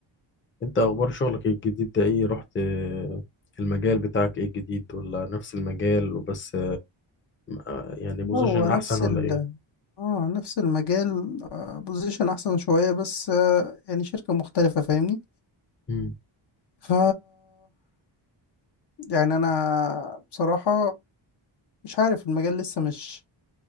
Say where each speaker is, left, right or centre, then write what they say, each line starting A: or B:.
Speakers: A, on the left; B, on the left.
A: انت اخبار شغلك إيه؟ الجديد ده ايه رحت آه، المجال بتاعك ايه الجديد ولا نفس المجال وبس آه، يعني
B: لا
A: بوزيشن
B: هو نفس
A: احسن ولا
B: ال
A: ايه
B: اه نفس المجال بوزيشن احسن شوية بس آه، يعني شركة مختلفة فاهمني
A: مم.
B: ف يعني انا بصراحة مش عارف المجال لسه مش